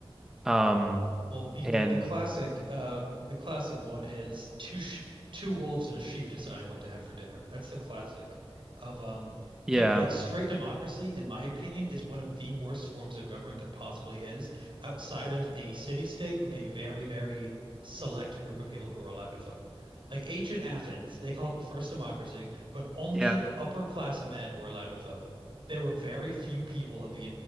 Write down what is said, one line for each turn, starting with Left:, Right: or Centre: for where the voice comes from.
Centre: Um,
Right: Well, the,
Centre: and
Right: the the classic uh the classic one is two sh two wolves and a sheep deciding what to have for dinner. That's the classic of um
Centre: yeah,
Right: give like straight democracy, in my opinion, is one of the worst forms of government there possibly is, outside of a city state with a very, very select group of people who are allowed to vote. Like ancient Athens, they call it the first democracy, but only
Centre: yeah,
Right: upper class men were allowed to vote. There were very few people of the